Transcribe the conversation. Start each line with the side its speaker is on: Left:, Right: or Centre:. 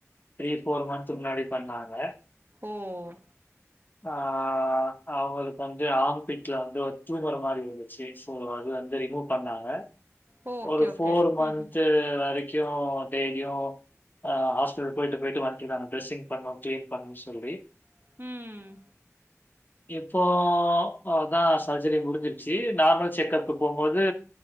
Left: த்ரீ ஃபோர் மந்த்து முன்னாடி பண்ணாங்க
Right: ஓஹ்
Left: ஆஹ் அவுங்களுக்கு வந்து ஆம்பீட்ல வந்து ஒரு ட்யூமர் மாறி இருந்திச்சி இப்போ அது வந்து ரிமூவ் பண்ணாங்க
Right: ஓகே,
Left: ஒரு
Right: ஓகே.
Left: ஃபோர் மந்த்து
Right: ம்,
Left: வரைக் க்கு டெய்லியு ஆ ஹாஸ்பிட்டல் போய்ட்டு போய்ட்டு வந்டினாங்க டிரெஸிங் பண்ணு கிளீன் பண்ணுனு சொல்லி
Right: ம்ஹ்ம்.
Left: இப்போ அதா சர்ஜரி முடிஞ்சிருச்சி நார்மல் செக்கப் இப்ப போம்போது